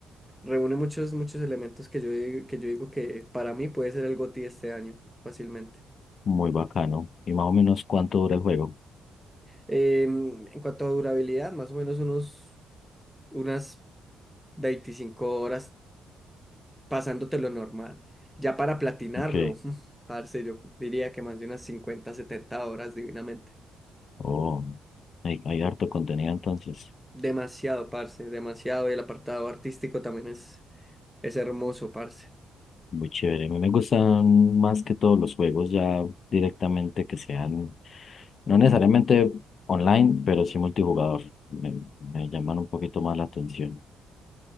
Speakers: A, in the centre; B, on the left.
A: reúne muchos, muchos elementos que yo, di- que yo digo que para mí puede ser el GOTY este año, fácilmente.
B: Muy bacano. ¿Y más o menos cuánto dura el juego?
A: Em, en cuanto a durabilidad, más o menos unos, unas 25 horas pasándote lo normal. Ya para platinarlo,
B: Ok.
A: <laughs> parce, yo diría que más de unas 50 70 horas divinamente.
B: Oh, hay, hay harto contenido entonces.
A: Demasiado, parce, demasiado. Y el apartado artístico también es, es hermoso, parce.
B: Muy chévere. A mí me gustan más que todos los juegos ya directamente que sean, no necesariamente online, pero sí multijugador. Me, me llaman un poquito más la atención.